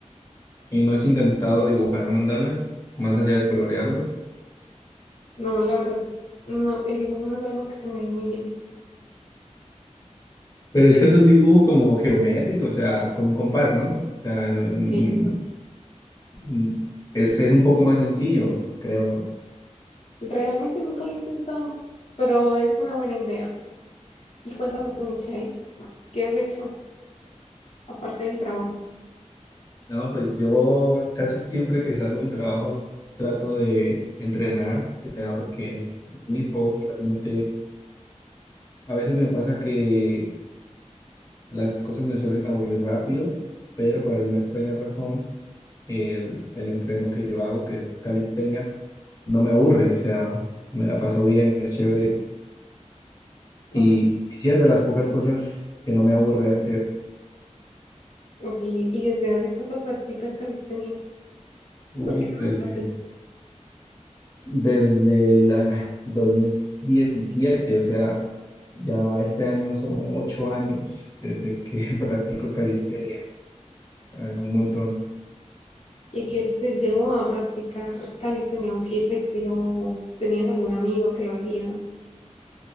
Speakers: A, on the left (about 30°); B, on the left (about 60°).
A: Y no has intentado dibujar mandalas, más allá de colorearlo.
B: No, la verdad, no, el dibujo no es algo que se me dé muy bien.
A: Pero es que eso es dibujo como geométrico, o sea, con un compás, ¿no? O sea, no- no-
B: Sí, eso.
A: no- es, es un poco más sencillo, creo, ¿no?
B: Realmente nunca lo he intentado, pero es una buena idea. Y cuéntame tú, Michelle, ¿qué has hecho aparte del trabajo?
A: No, pues yo casi siempre que salgo del trabajo trato de entrenar, o sea, porque es mi hobby, realmente. A veces me pasa que las cosas me suelen aburrir rápido, pero por alguna extraña razón el, el entreno que yo hago, que es calistenia, no me aburre, o sea, me la paso bien, es chévere.
B: Ok,
A: Y sí es de las pocas cosas que no me aburre hacer.
B: ok, ¿Y desde hace cuánto practicas calistenia?
A: Uf,
B: Porque eso
A: desde,
B: no es fácil.
A: desde el ah, 2017, o sea, ya este año son ocho años desde que <laughs> practico calistenia, eh, un montón.
B: ¿Y qué te llevó a practicar calistenia? ¿O qué te inspiró? ¿Tenías algún amigo que lo hacía?